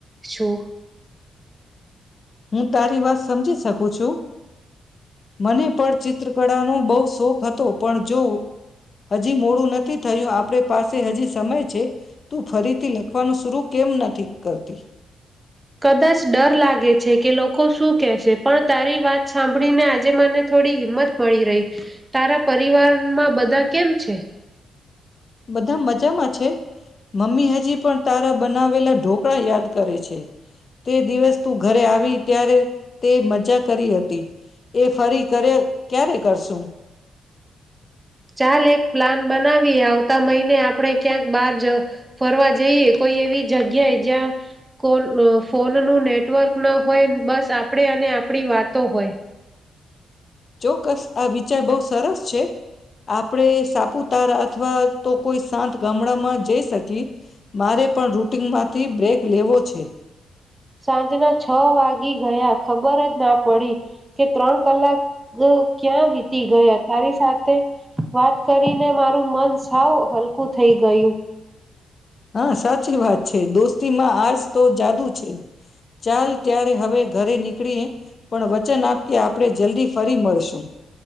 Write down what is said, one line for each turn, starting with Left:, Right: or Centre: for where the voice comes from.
Right: છું.
Left: હું તારી વાત સમજી શકું છું મને પણ ચિત્રકળાનો બહ શોખ હતો પણ જો હજી મોડું નથી. થયું આપે પાસે હજી સમય છે. તું ફરીથી લખવાનું શરુ કેમ નથી કરતી.
Right: કદાચ ડર લાગે છે કે લોકો શું કેહેશે પણ તારી વાત સાંભળીને આજે મને થોડી હિંમત મળી રહી. તારા પરિવારમાં બધા કેમ છે?
Left: બધા મજામાં છે. મમ્મી હજી પણ તારા બનાવેલા ઢોકળા યાદ કરે છે. તે દિવસ તું ઘરે આવી. ત્યારે તે મજા કરી હતી એ ફરી કરે ક્યારે કરશું.
Right: ચાલ એક પ્લાન બનાવી આવતા મહિને આપણે ક્યાંક બહાર જ ફરવા જઈએ કોઈ એવી જગ્યાએ જ્યાં કો ફોનનું નેટવર્ક ન હોય બસ આપણે અને આપણી વાતો હોય.
Left: ચોક્કસ આ વિચાર બહુ સરસ છે. આપણે સાપુતારા અથવા તો કોઈ શાંત ગામડામાં જઈ શકી મારે પણ રૂટિનમાંથી બ્રેક લેવો છે.
Right: સાંજના છ વાગી ગયા ખબર જ ના પડી કે ત્રણ કલાક ક્યાં વીતી ગયા તારી સાથે વાત કરીને મારું મન સાવ હલકું થઈ ગયું.
Left: હા સાચી વાત છે દોસ્ત. તિ આજ તો જાદુ છે ચાલ ત્યારે હવે ઘરે નીકળી પણ વચન આપ કે આપણે જલ્દી ફરી મળશું